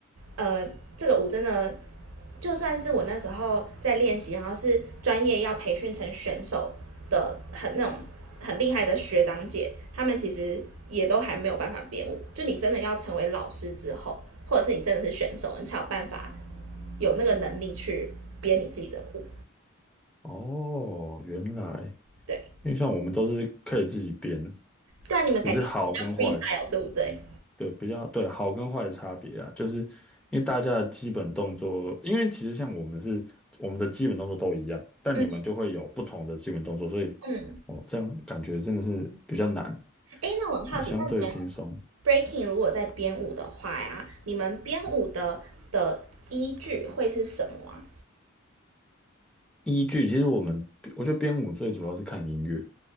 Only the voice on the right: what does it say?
呃，这个舞真的，就算是我那时候在练习，然后是专业要培训成选手的很那种很厉害的学长姐，他们其实也都还没有办法编舞。就你真的要成为老师之后，或者是你真的是选手，你才有办法有那个能力去编你自己的舞。
对，
对啊，你们感觉是比较
freestyle，对不对？
嗯
嗯，
哎，那我很好奇，
像你们 breaking 如果在编舞的话呀，你们编舞的的依据会是什么啊？